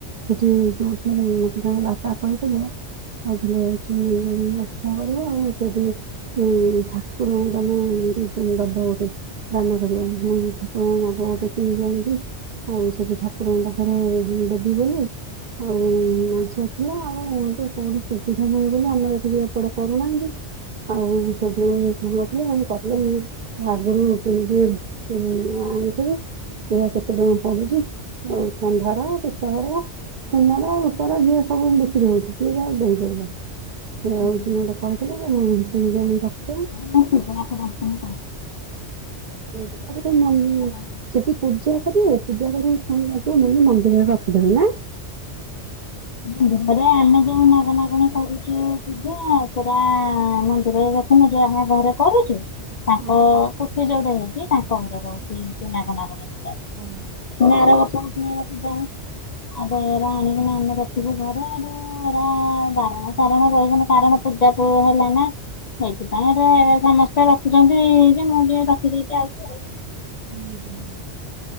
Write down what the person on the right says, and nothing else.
ସେଠି ଯୋଉଠି ଜଣେ ବାବା କହିଥିଲେ କହିଥିଲେ ହଉଚି ଯୋଉ <unintelligible> କରିବ ଆଉ ସେଇଠି ଉଁ ଠାକୁର ଙ୍କୁ ତମେ <unintelligible> ଦବ ଗୋଟେ। ଦାନ କରିବ। ଠାକୁରଙ୍କ ନାଗ ଗୋଟେ କିଣିିକି ଆଣିକି ଆଉ ସେଠି ଠାକୁରଙ୍କ ପାଖରେ ଦେବି ବୋଲି ଆଉ ମାନସିକ ଥିଲା ଆଉ ତ କୋଉଠି ସୁବିଧା ନାହିଁ ବୋଲି ଆମର ଏଠି କେହି ଏପଟେ କରୁନାହାନ୍ତି। ଆଉ ସେଦିନୁ <unintelligible> ଆଗରୁ <unintelligible> ଆଣିଥେବେ। ସେରା କେତେ ଟଙ୍କା ପଡୁଚି? ଯୋଉ ତମ୍ବା ର ପିତଳର ସୁନାର ରୂପା ର <unintelligible> ସବୁ ବିକ୍ରି ହଉଚି ଯିଏ ଯାହା ଦେଇପାରିବ। ସେରା
ହଉଚି ମୋତେ କହିଥିଲେ ମୁଁ କିଣିକି ଆଣିକି ରଖିଦେବି।
<unintelligible>
ସେଠି ପୂଜା କରିବେ। ପୂଜା କରିକି ପୁଣି ନେବେ ନେଇକି ମନ୍ଦିରରେ ରଖିଦେବେ ନା।
ଓହୋ
ହଉ
<inaudible>